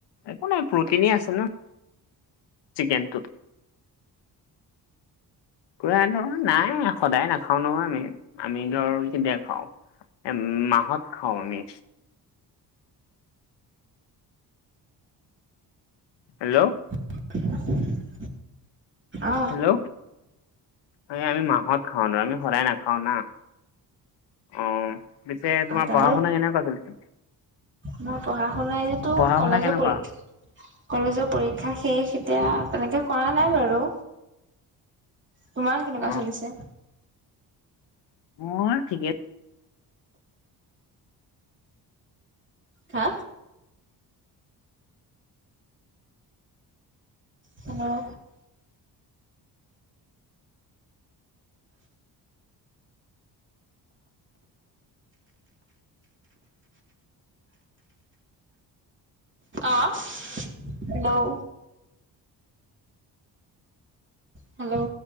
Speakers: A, on the left; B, on the right.
A: একো নাই প্ৰটিনে আছে ন। চিকেনটো পুৰা ধৰ নাই সদায় নাখাও নহয় আমি আমি ধৰ দেখাও এ মাহত খাওঁ আমি। হেল্ল'
B: <unintelligible> অ
A: হেল্ল', এই আমি মাহত খাওঁ আমি শদায় নাখাও না। অ পিছে তোমাৰ
B: অ তেনে
A: পঢ়া শুনা কেনেকুৱা চলিছে।
B: মই পঢ়া শুনাই তো
A: পঢ়া
B: কলেজত
A: শুনা কেনেকুৱা
B: পঢ়ি, কলেজৰ পৰীক্ষা শেষ এতিয়া তেনেকে কৰা নাই বাৰু তোমাৰ কেনেকুৱা
A: অ
B: চলিছে?
A: মই ঠিকে
B: হা। হেল্ল' অ হেল্ল' হেল্ল'